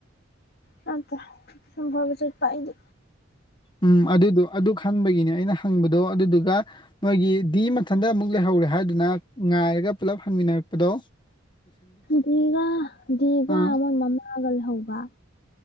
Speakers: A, on the left (about 55°); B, on the left (about 25°).
A: ꯅꯠꯇꯦ ꯄꯤꯁꯨꯝ ꯐꯣꯏꯕ ꯆꯠꯄ ꯑꯩꯒꯤ
B: ꯎꯝ ꯑꯗꯨꯗꯣ ꯑꯗꯨ ꯈꯪꯕꯒꯤꯅꯦ ꯑꯩꯅ ꯍꯪꯕꯗꯣ ꯑꯗꯨꯗꯨꯒ ꯅꯣꯏꯒꯤ ꯗꯤ ꯃꯊꯟꯇ ꯑꯃꯨꯛ ꯂꯩꯍꯧꯔꯦ ꯍꯥꯏꯗꯨꯅ ꯉꯥꯏꯔꯒ ꯄꯨꯂꯞ ꯍꯪꯃꯤꯟꯅꯔꯛꯄꯗꯣ
A: ꯗꯤꯒ ꯗꯤꯒ
B: ꯑꯥ
A: ꯃꯣꯏ ꯃꯃꯥꯒ ꯂꯩꯍꯧꯕ